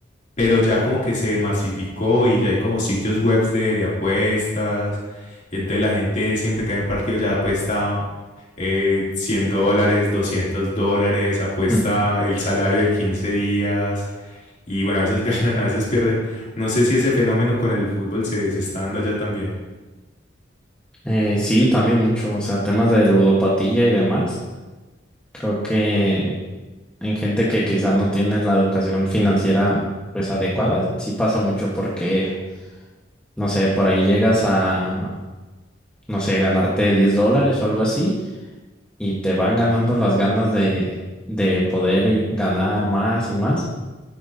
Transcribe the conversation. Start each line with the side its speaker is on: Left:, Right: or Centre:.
Left: pero ya como que se masificó y ya hay como sitios webs de, de apuestas. Entonces la gente siempre que hay un partido ya apuesta eh, 100 dólares, 200 dólares, apuesta
Centre: Mm.
Left: el salario de 15 días y bueno, a veces <laughs> ganan, a veces pierden. No sé si ese fenómeno con el fútbol se, se está dando allá también.
Centre: Eh, sí, también mucho, o sea, temas de ludopatía y demás. Creo que en gente que quizás no tiene la educación financiera pues adecuada, sí pasa mucho porque, no sé, por ahí llegas a, no sé, ganarte 10 dólares o algo así y te van ganando las ganas de, de poder y ganar más y más